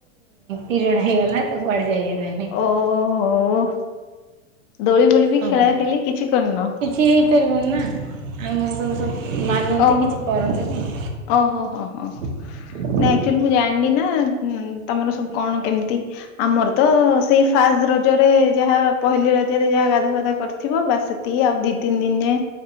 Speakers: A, on the right; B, on the left.
A: ପିରିୟଡ଼ ହେଇଗଲା ତ କୁଆଡେ ଯାଇ ହେଲାନି।
B: ଓହୋ। ଦୋଳି ଫୋଳି ବି
A: ହଁ
B: ଖେଳା
A: ପା
B: ଖେଳି କିଛି କରିନ?
A: କିଛି ହେଇପାରିବନି ନା। <inaudible> ମାନନ୍ତି
B: ଓହୋ
A: କିଛି କରନ୍ତିନି।
B: ଓହୋ ହୋ ହୋ
A: <unintelligible>
B: ନାଇଁ ଆକ୍ଚୁଆଲି ମୁଁ ଜାଣିନି ନା ତମର ସବୁ କଣ କେମିତି ଆମର ତ ସେଇ ଫାସ ରଜରେ ଯାହା ପହିଲି ରଜରେ ଯାହା ଗାଧା ଫାଧା କରିଥିବ ବାସ ସେତିକି ଆଉ ଦି ତିନି ଦିନ ଯାଏ